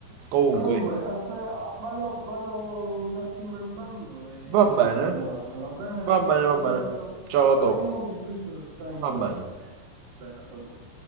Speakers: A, on the right; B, on the right.
A: comunque,
B: Comunque, aspetta, vado, vado un attimo in bagno e
A: va
B: ne
A: bene,
B: facciamo un'altra, va bene?
A: va
B: Ci
A: bene,
B: sentiamo
A: va bene.
B: tra
A: Ciao, a
B: tre
A: dopo.
B: minuti, giusto il tempo,
A: Va
B: insomma.
A: bene.
B: <laughs> Va bene, a dopo.